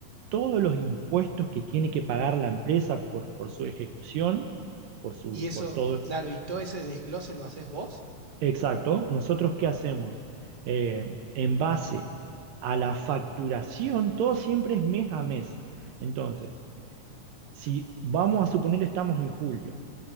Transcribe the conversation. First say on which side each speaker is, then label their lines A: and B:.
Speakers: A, on the right (about 80°); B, on the right (about 45°).
A: todos los impuestos que tiene que pagar la empresa por, por su ejecución, por, su,
B: Y eso,
A: por todo,
B: claro, y todo ese desglose lo haces vos.
A: Exacto. ¿Nosotros qué hacemos? Eh, en base a la facturación, todo siempre es mes a mes. Entonces, si vamos a suponer estamos en julio